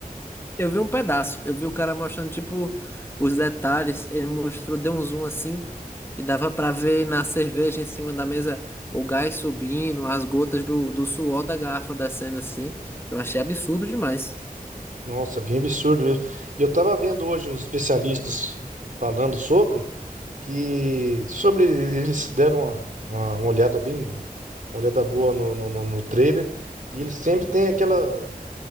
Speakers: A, on the left; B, on the right.
A: Eu vi um pedaço, eu vi o cara mostrando, tipo, os detalhes, ele mostrou, deu um zoom assim, e dava pra ver na cerveja em cima da mesa o gás subindo, as gotas do, do suor da garrafa descendo assim. Eu achei absurdo demais.
B: Nossa, bem absurdo mesmo. E eu tava vendo hoje uns especialistas falando sobre. que sobre eles deram uma, uma, uma olhada bem, uma olhada boa no, no, no, no trailer, e eles sempre tem aquela